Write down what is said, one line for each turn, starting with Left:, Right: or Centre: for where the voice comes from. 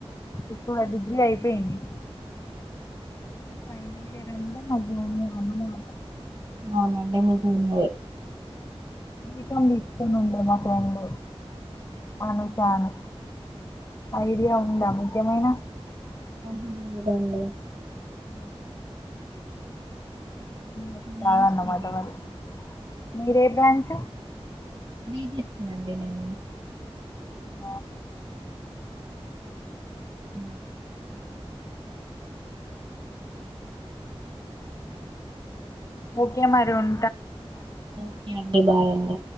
Left: ఇప్పుడు అది డిగ్రీ అయిపోయింది ఫైనల్ ఇయర్ అంట అద్దుమానం అన్నే అన్లే
Right: అవునండి మీకు మీరే
Left: బి కమ్ తీసుకొని ఉండే మా ఫ్రెండ్ అనుష అని ఐడియా ఉంద ద్యమైన
Right: ఆ లేదండి
Left: అ ఉ
Right: నేమ్స్
Left: ఆదన్నమాట
Right: తెలియదు
Left: మల్ల మీరే బ్రాంచ్
Right: బీ జెడ్ సి అండీ నేను
Left: ఆ
Right: ఉ
Left: ఓకే మరి ఉం
Right: ఓకే అండి బాయ్ అండి